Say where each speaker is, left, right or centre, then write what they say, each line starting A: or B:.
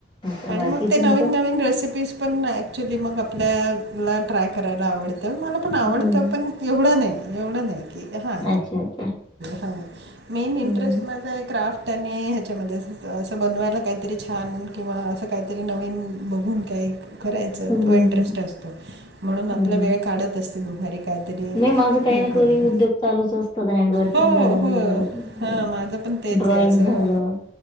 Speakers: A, on the left; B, on the right.
A: अच्छा
B: आणि
A: बाकी
B: मग ते
A: तुमचं
B: नवीन नवीन रेसिपीज पण ना ॲक्च्युली मग आपल्याला ट्राय करायला आवडतं मला पण आवडतं.
A: हम्म.
B: पण एवढं नाही एवढं नाही की हा
A: अच्छा अच्छा
B: हा मेन इंटरेस्ट
A: हम्म.
B: म क्राफ्ट आणि ह्याच्यामध्ये असंच. असं बनवायला काहीतरी छान किंवा असं काहीतरी नवीन बघून काय करायच
A: हम्म,
B: तो इंटरेस्ट
A: हम्म,
B: असतो म्हणून आपला
A: हम्म.
B: वेळ काढत असते दुपारी. काहीतरी
A: नाही माझं काही
B: हे
A: ना
B: करून
A: काही उद्योग चालूच असतात हँड वर्किंग
B: हो
A: झालं
B: हो
A: हे झालं ते झालं
B: हा माझं पण तेच
A: ड्रॉइंग
B: आहे असं
A: झालं